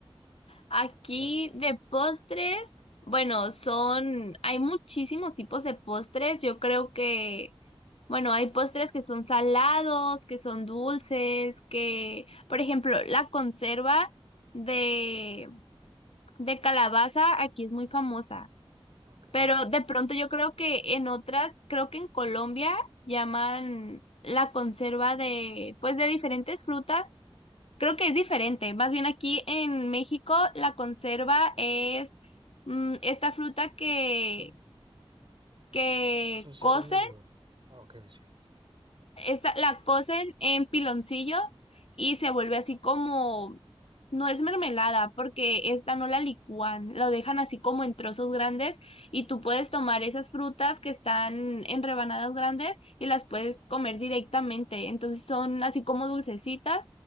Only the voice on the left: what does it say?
aquí
de postres, bueno, son, hay muchísimos tipos de postres. Yo creo que Bueno, hay postres que son salados, que son dulces, que, por ejemplo, la conserva de, de calabaza aquí es muy famosa,
pero de pronto yo creo que en otras, creo que en Colombia llaman la conserva de, pues de diferentes frutas, creo que es diferente. Más bien aquí en México la conserva es mm, esta fruta que, que
cocen
esta, la cocen en piloncillo y se vuelve así como, no es mermelada, porque esta no la licúan, lo dejan así como en trozos grandes y tú puedes tomar esas frutas que están en rebanadas grandes y las puedes comer directamente. Entonces son así como dulcecitas.